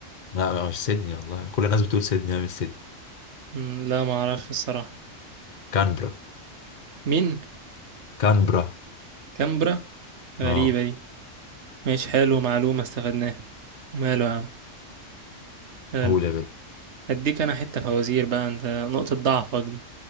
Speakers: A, on the left; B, on the right.
A: لا مش سيدني والله كل الناس بتقول سيدني هي مش سيدني
B: مم، لا ما اعرفش الصراحة
A: كانبرا
B: مين
A: كانبرا
B: كامبرا غريبة
A: اه
B: دي ماشي حلو معلومة استفدناها ماله يا عم حلو
A: قول يا بنت
B: هديك انا حتة فوازير بقى انت نقطة ضعفك دي